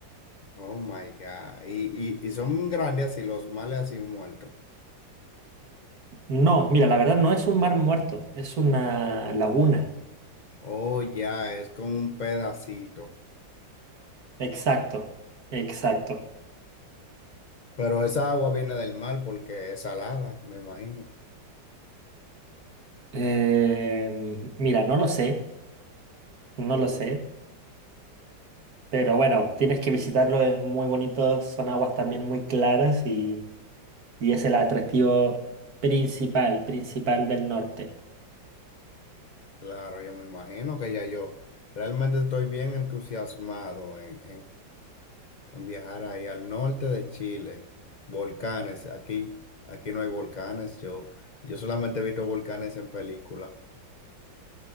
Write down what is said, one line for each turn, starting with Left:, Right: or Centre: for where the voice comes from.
Left: Oh my God. Y, y, y son grandes así, los males así muertos.
Right: No, mira, la verdad no es un mar muerto, es una laguna.
Left: Oh, ya, es como un pedacito.
Right: Exacto, exacto.
Left: Pero esa agua viene del mar porque es salada, me imagino.
Right: Em, mira, no lo sé, no lo sé. Pero bueno, tienes que visitarlo, es muy bonito, son aguas también muy claras y, y es el atractivo principal, principal del norte.
Left: Claro, yo me imagino que ya yo realmente estoy bien entusiasmado en en viajar ahí al norte de Chile, volcanes, aquí, aquí no hay volcanes, yo, yo solamente he visto volcanes en película.